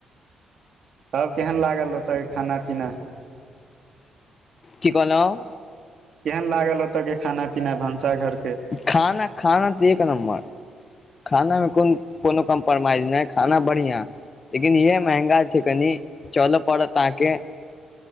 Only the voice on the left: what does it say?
की कहलहुँ
खाना खाना तऽ एक नम्बर खानामे कोन कोनो कम्प्रोमाइज नहि खाना बढ़िआं लेकिन इह महंगा छै कनि च ल पड़त अहाँके